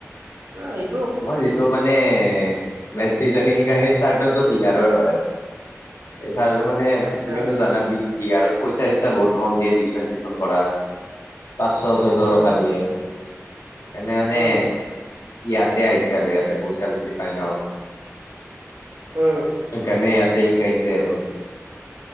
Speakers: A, on the right; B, on the left.
A: আ‌ এই
B: তোমাৰ এইটো মানে মেচচিজনে শিকাই সেই চাৰটো টো
A: উম
B: বিহাৰৰ হয়। এই চাৰটো মানে
A: আচ্ছা
B: তুমিতো জানা বি বিহাৰত বহুত কম‌ দিয়ে পইচা চইচা বহুত কম দিয়ে টিউচন চিউশন কৰাৰ। পাঁচশ ছয়শ
A: উম
B: টকা দিয়ে, সেইকাৰণে মানে
A: উম
B: ইয়াতে আহিছে আৰু ইয়াতে পইচা বেছি পাই ন
A: উম
B: সেই কাৰনে ইয়াতে শিকাইছে আৰু